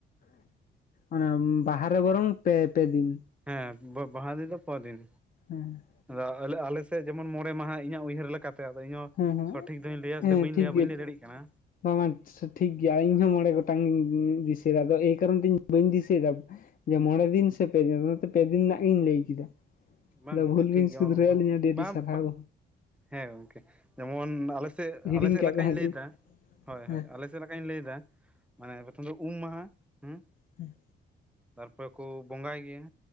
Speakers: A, on the left (about 45°); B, in the centre.
A: ᱚᱱᱟ ᱵᱟᱦᱟ ᱨᱮ ᱵᱚᱨᱚᱝ ᱯᱮ ᱯᱮ ᱫᱤᱱ
B: ᱦᱮᱸ ᱵᱟᱦᱟ ᱫᱤᱱ ᱫᱚ ᱯᱮ ᱫᱤᱱ
A: ᱦᱮᱸ
B: ᱟᱞ ᱟᱞᱮ ᱥᱮᱫ ᱡᱮᱢᱚᱱ ᱢᱚᱬᱮ ᱢᱟᱦᱟ ᱤᱧᱟᱹᱜ ᱩᱦᱟᱹᱨ ᱞᱮᱠᱟ ᱛᱮ ᱟᱫᱚ ᱤᱧ ᱦᱚᱸ
A: ᱦᱮᱸ ᱦᱮᱸ
B: ᱥᱚᱴᱷᱤᱠ ᱫᱚᱧ ᱞᱟᱹᱭᱟ ᱥᱮ
A: ᱦᱮᱸ
B: ᱵᱟᱹᱧ ᱞᱟᱹᱭᱟ
A: ᱴᱷᱤᱠ
B: ᱵᱟᱹᱧ
A: ᱜᱮᱭᱟ
B: ᱞᱟᱹᱭ ᱫᱟᱲᱮᱭᱟᱜ ᱠᱟᱱᱟ
A: ᱵᱟᱝ ᱵᱟᱝ ᱴᱷᱤᱠ ᱜᱮᱭᱟ ᱤᱧ ᱦᱚ ᱢᱚᱬᱮ ᱜᱚᱴᱟᱝᱧ ᱫᱤᱥᱟᱹᱭᱫᱟ ᱟᱫᱚ ᱮᱭ ᱠᱟᱨᱚᱱ ᱛᱮ ᱤᱧ ᱵᱟᱹᱧ ᱫᱤᱥᱟᱹᱭ ᱫᱟ ᱡᱮ ᱢᱚᱬᱮ ᱫᱤᱱ ᱥᱮ ᱯᱮ ᱫᱤᱱ ᱚᱱᱟᱛᱮ ᱯᱮ ᱫᱤᱱ ᱨᱮᱱᱟᱜ ᱜᱤᱧ ᱞᱟᱹᱭ ᱠᱮᱫᱟ
B: ᱵᱟᱝ
A: ᱟᱫᱚ
B: ᱜᱚᱝᱠᱮ
A: ᱵᱷᱩᱞ
B: ᱴᱷᱤᱠ
A: ᱵᱤᱱ
B: ᱜᱮᱭᱟ
A: ᱥᱩᱫᱷᱨᱟᱹᱣ ᱞᱤᱧᱟ ᱟᱹᱰᱤ ᱟᱹᱰᱤ
B: ᱵᱟᱝ
A: ᱥᱟᱨᱦᱟᱣ
B: ᱦᱮᱸ ᱜᱚᱝᱠᱮ ᱡᱮᱢᱚᱱ ᱟᱞᱮᱥᱮᱫ
A: ᱦᱤᱲᱤᱧ
B: ᱟᱞᱮᱥᱮᱫ
A: ᱠᱟᱜ
B: ᱞᱮᱠᱟᱧ
A: ᱛᱟᱦᱮᱸᱫ
B: ᱞᱟᱹᱭᱟ
A: ᱞᱤᱧ
B: ᱫᱟ ᱦᱳᱭ
A: ᱦᱮᱸ
B: ᱦᱳᱭ ᱟᱞᱮ ᱪᱮᱫ ᱞᱮᱠᱟᱧ ᱞᱟᱹᱭᱫᱟ ᱢᱟᱱᱮ ᱯᱨᱚᱛᱷᱚᱢ ᱫᱚ ᱩᱢ ᱢᱟᱦᱟ ᱦᱩᱸ
A: ᱦᱩᱸ
B: ᱛᱟᱨ ᱯᱚᱨᱮ ᱠᱚ ᱵᱚᱸᱜᱟᱭ ᱜᱮᱭᱟ